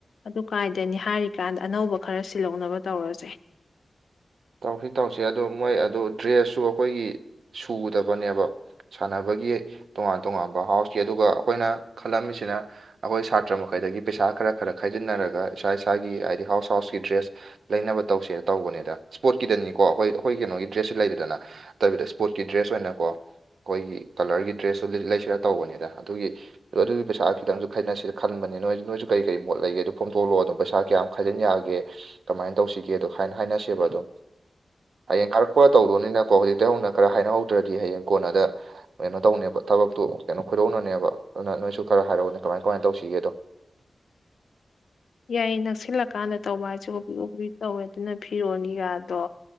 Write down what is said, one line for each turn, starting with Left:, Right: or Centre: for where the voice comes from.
Left: ꯑꯗꯨ ꯀꯥꯏꯗꯅꯤ ꯍꯥꯏꯔꯤꯀꯥꯟꯗ ꯑꯅꯧꯕ ꯈꯔ ꯁꯤꯜꯂꯧꯅꯕ ꯇꯧꯔꯁꯦ
Right: ꯇꯧꯁꯤ ꯇꯧꯁꯤ ꯑꯗꯣ ꯃꯣꯏ ꯑꯗꯨ ꯗ꯭ꯔꯦꯁꯁꯨ ꯑꯈꯣꯏꯒꯤ ꯁꯨꯗꯕꯅꯦꯕ ꯁꯥꯟꯅꯕꯒꯤ ꯇꯣꯉꯥꯟ ꯇꯣꯉꯥꯟꯕ ꯍꯥꯎꯁꯀꯤ ꯑꯗꯨꯒ ꯑꯈꯣꯏꯅ ꯈꯜꯂꯝꯃꯤꯁꯤꯅ ꯑꯈꯣꯏ ꯁꯥꯇ꯭ꯔ ꯃꯈꯩꯗꯒꯤ ꯄꯩꯁꯥ ꯈꯔ ꯈꯔ ꯈꯥꯏꯖꯤꯟꯅꯔꯒ ꯏꯁꯥ ꯏꯁꯥꯒꯤ ꯍꯥꯏꯗꯤ ꯍꯥꯎꯁ ꯍꯥꯎꯁꯀꯤ ꯗ꯭ꯔꯦꯁ ꯂꯩꯅꯕ ꯇꯧꯁꯦꯅ ꯇꯧꯕꯅꯤꯗ ꯏꯁꯄꯣꯔꯠꯀꯤꯗꯅꯤꯀꯣ ꯑꯈꯣꯏ ꯑꯈꯣꯏ ꯀꯩꯅꯣꯒꯤ ꯗ꯭ꯔꯦꯁꯁꯨ ꯂꯩꯗ ꯅꯠꯇꯕꯤꯗ ꯏꯁꯄꯣꯔꯠꯀꯤ ꯗ꯭ꯔꯦꯁ ꯑꯣꯏꯅꯀꯣ ꯑꯈꯣꯏꯒꯤ ꯀꯂꯔꯒꯤ ꯗ꯭ꯔꯦꯁꯇꯨ ꯂꯩꯁꯤꯔ ꯇꯧꯕꯅꯤꯗ ꯑꯗꯨꯒꯤ ꯑꯗꯨꯒꯤꯁꯥ ꯈꯤꯇꯪꯁꯨ ꯈꯥꯏꯅꯁꯤꯔ ꯈꯟꯕꯅꯤ ꯅꯣꯏꯁꯨ ꯅꯣꯏꯁꯨ ꯀꯔꯤ ꯀꯔꯤ ꯃꯣꯠ ꯂꯩꯒꯦꯗꯣ ꯐꯣꯡꯇꯣꯛꯂꯛꯑꯣ ꯑꯗꯨꯝ ꯄꯩꯁꯥ ꯀꯌꯥꯝ ꯈꯥꯏꯖꯤꯟ ꯌꯥꯒꯦ ꯀꯃꯥꯏꯅ ꯇꯧꯁꯤꯒꯦꯗꯣ ꯍꯥꯏꯅ ꯍꯥꯏꯅꯁꯦꯕ ꯑꯗꯣ ꯍꯌꯦꯡ <unintelligible> ꯇꯧꯗꯧꯅꯤꯅꯀꯣ ꯍꯧꯖꯤꯛꯇꯩ ꯍꯧꯅ ꯈꯔ ꯍꯥꯏꯅꯍꯧꯗ꯭ꯔꯗꯤ ꯍꯌꯦꯡ ꯀꯣꯟꯅꯗ ꯀꯩꯅꯣ ꯇꯧꯅꯦꯕ ꯊꯕꯛꯇꯨ ꯀꯩꯅꯣ ꯈꯨꯠꯅꯧꯅꯅꯦꯕ ꯑꯗꯨꯅ ꯅꯣꯏꯁꯨ ꯈꯔ ꯍꯥꯏꯔꯛꯑꯣꯅꯦ ꯀꯃꯥꯏ ꯀꯃꯥꯏꯟ ꯇꯧꯁꯤꯒꯦꯗꯣ
Left: ꯌꯥꯏ ꯅꯛꯁꯤꯜꯂꯀꯥꯟꯗ ꯇꯧꯕ ꯍꯥꯏꯁꯦ ꯍꯣꯕꯤ ꯍꯣꯕꯤ ꯇꯧꯋꯦ ꯑꯗꯨꯅ ꯐꯤꯔꯣꯜ ꯀꯩꯀꯥꯗꯣ